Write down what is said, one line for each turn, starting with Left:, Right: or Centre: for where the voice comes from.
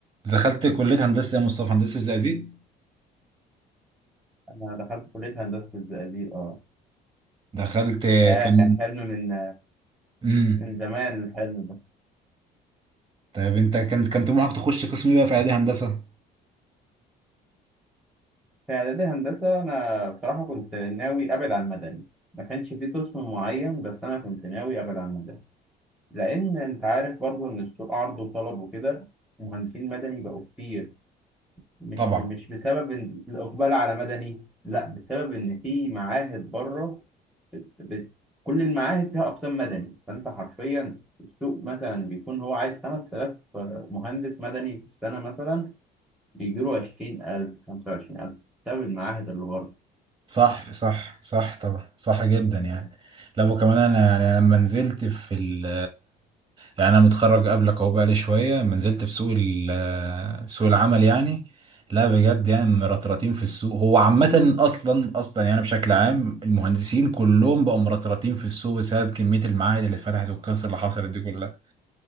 Right: دخلت كلية هندسة يا مصطفى هندسة زقازيق
Centre: أنا دخلت كلية هندسة الزقازيق أه
Right: دخلت
Centre: آه
Right: كان
Centre: كان حلم من
Right: امم
Centre: من زمان الحلم ده
Right: طيب انت كان كان طموحك تخش قسم ايه بقى في اعدادي هندسة
Centre: في إعدادي هندسة أنا بصراحة كنت ناوي أبعد عن مدني ما كانش في قسم معين بس أنا كنت ناوي أبعد عن مدني لأن أنت عارف برضو إن السوق عرض وطلب وكده مهندسين مدني بقوا كتير مش
Right: طبعا
Centre: مش بسبب إن الإقبال على مدني لا بسبب إن في معاهد بره بت... بت... كل المعاهد فيها أقسام مدني فأنت حرفيا السوق مثلا بيكون هو عايز 5000 مهندس مدني في السنة مثلا بيجيله 20000 25000 بسبب المعاهد اللي بره
Right: صح صح صح طبعا صح جدا يعني لا وكمان انا يعني لما نزلت في ال يعني انا متخرج قبلك اهو بقالي شويه لما نزلت في سوق ال سوق العمل يعني لا بجد يعني مرطرطين في السوق هو عامه اصلا اصلا يعني بشكل عام المهندسين كلهم بقوا مرطرطين في السوق بسبب كميه المعاهد اللي اتفتحت والقصه اللي حصلت دي كلها